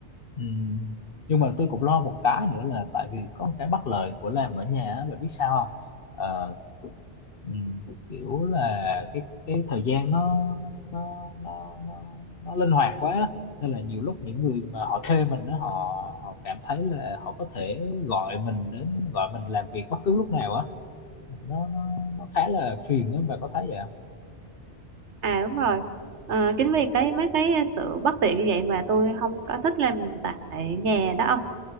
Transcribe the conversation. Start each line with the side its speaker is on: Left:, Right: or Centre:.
Left: Ừm, nhưng mà tôi cũng lo một cái nữa là tại vì có một cái bất lợi của làm ở nhà á, bạn biết sao không Ờ, ừ. kiểu là cái cái thời gian nó nó nó nó nó, nó linh hoạt quá á. nên là nhiều lúc những người mà họ thuê mình đó, họ họ cảm thấy là họ có thể gọi mình đến gọi mình làm việc bất cứ lúc nào á nó nó nó khá là phiền á bà có thấy vậy không
Right: À đúng rồi. Ờ, chính vì cái mấy cái sự bất tiện như vậy mà tôi không có thích làm tại nhà đó ông.